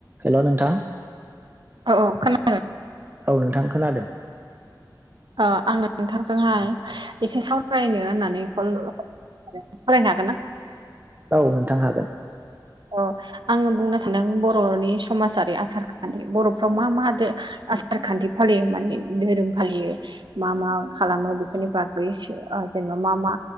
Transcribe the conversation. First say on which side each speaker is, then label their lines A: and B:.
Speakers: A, on the right (about 25°); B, on the right (about 80°).
A: हेल' नोंथां
B: औ औ खोना
A: औ नोंथां खोनादों।
B: ओ आङो नोंथांजोंहाय एसे सावरायनो होननानै कल सावरायनो हागोन ना
A: औ नोंथां हागोन
B: अ आङो बुंनो सानदों बर'नि समाजारि आसार खान्थि बर'फ्राव मा मा दो आसार खान्थि फालियो माने धोरोम फालियो मा मा खालामो बेफोरनि बागै से आ जेनेबा मा मा